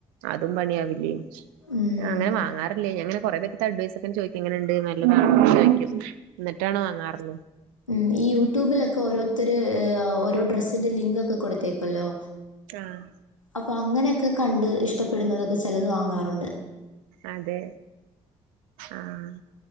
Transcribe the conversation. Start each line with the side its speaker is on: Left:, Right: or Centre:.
Right: അതും പണിയാവില്ലേ
Left: കിട്ടുമ്പോൾ
Right: ഞാൻഅങ്ങനെ വാങ്ങാറില്ലെ ഞാനിങ്ങനെ കൊറെ പേരുടെ അടുത്ത് അഡ്വൈസ് ഒക്കെ ചോദിക്കും എങ്ങനെണ്ട് നല്ലതാണോ ചോദിക്കും എന്നിട്ടാണോ വാങ്ങാർഞ്ഞെ
Left: ഉം ഈ യൂട്യൂബിലൊക്കെ ഓരോരുത്തർ ഓരോ ഡ്രസ്സിന്റെ ലിങ്ക് ഒക്കെ കൊടു ത്തേക്കല്ലോ
Right: ആഹ്
Left: അപ്പൊ അങ്ങനെയൊക്കെ കണ്ട് ഇഷ്ടപ്പെടുന്നതൊക്കെ ചിലത് വാങ്ങാറുണ്ട്
Right: അതെ ആഹ്